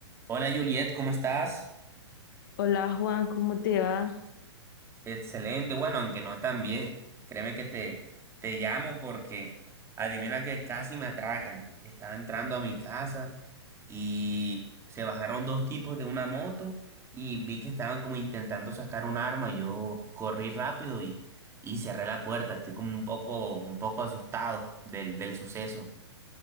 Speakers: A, on the right; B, on the left.
A: Hola Juliet, ¿cómo estás?
B: Hola Juan, ¿cómo te va?
A: Excelente, bueno, aunque no tan bien. Créeme que te, te llamo porque adivina que casi me atracan. Estaba entrando a mi casa y se bajaron dos tipos de una moto y vi que estaban como intentando sacar un arma. Yo corrí rápido y, y cerré la puerta. Estoy como un poco, un poco asustado del, del suceso.